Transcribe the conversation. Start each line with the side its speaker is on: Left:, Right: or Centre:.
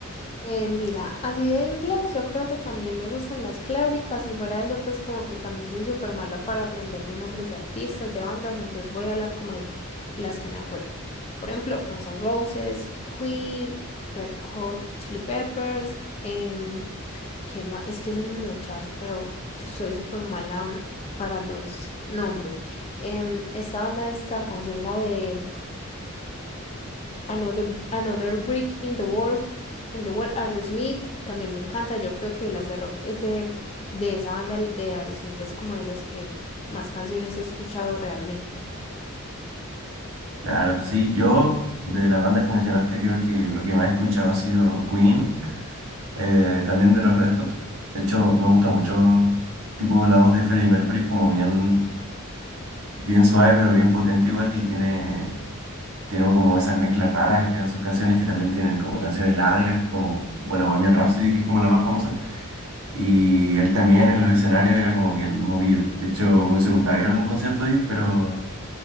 Left: Eh, mira, así de inglés yo creo que también me gustan las clásicas y fuera de eso pues como que también soy súper mala para aprenderme nombres de artistas, de bandas, entonces voy a hablar como de las que me acuerde. Por ejemplo, Guns N' Roses, Queen, Red Hot Chili Peppers, em, ¿quién más? Es que son muchas, pero yo soy súper mala para los nombres. Em, esta banda, esta canción, la de Another, Another Brick in the Wall, in the Wall, Aerosmith, también me encanta, yo creo que las de rock es de, de esa banda de Aerosmith, es como de los que más canciones he escuchado realmente.
Right: Claro, sí, yo de las bandas que mencionaste creo que lo que más he escuchado ha sido Queen, eh, también de los Red Hot. De hecho, me gusta mucho, tipo, la voz de Freddie Mercury es como bien bien suave, pero bien potente igual, y tiene, tiene como esas mezclas raras en sus canciones que también tienen como canciones largas, como, bueno, Bohemian Rhapsody, que es como la más famosa, y él también en los escenarios era como bien movido. De hecho, me hubiese gustado ir a algún concierto de ellos, pero,